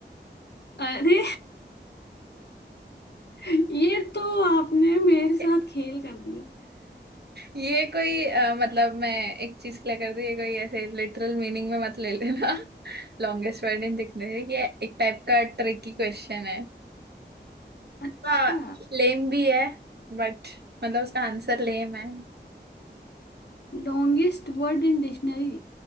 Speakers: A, on the left; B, on the right.
A: अरे <laughs> ये तो आपने मेरे साथ
B: <laughs>
A: खेल कर दिया
B: ये कोई अ, मतलब मैं एक चीज क्लियर कर दूं ये कोई ऐसे लिटरल मीनिंग में मत ले लेना <laughs> लॉन्गेस्ट वर्ड इन दिखने से ये एक टाइप का ट्रिकी क्वेश्चन है
A: अच्छा
B: हाँ लेम भी है बट मतलब उसका आंसर लेम है
A: Longest word in dictionary